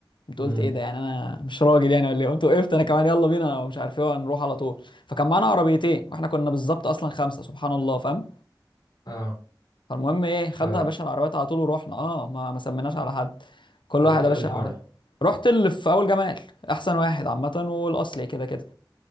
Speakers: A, on the left; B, on the left.
A: قمت
B: امم
A: قلت ايه ده يعني انا مش راجل يعني ولا ايه قمت وقفت انا كمان يلا بينا ومش عارف ايه وهنروح على طول فكان معانا عربيتين واحنا كنا بالظبط اصلا خمسه سبحان الله فاهم
B: اه
A: فالمهم ايه
B: ف
A: خدنا يا باشا العربيات على طول ورحنا اه ما ما سميناش على حد كل
B: روح
A: واحد
B: تاني
A: يا باشا
B: فرع
A: رحت اللي في اول جمال احسن واحد عامه والاصلي كده كده